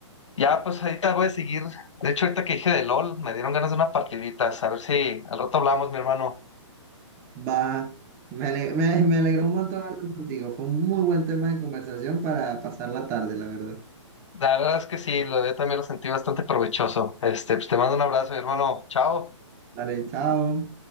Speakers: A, on the left; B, on the right.
A: ya pues ahorita voy a seguir. De hecho, ahorita que dije de LOL, me dieron ganas de una partidita. A ver si al rato hablamos, mi hermano.
B: Va. Me ale- me, ale- me alegró un montón hablar contigo. Fue un muy buen tema de conversación para pasar la tarde, la verdad.
A: La verdad es que sí, lo, yo también lo sentí bastante provechoso. Este, pues te mando un abrazo, mi hermano. Chao.
B: Vale, chao.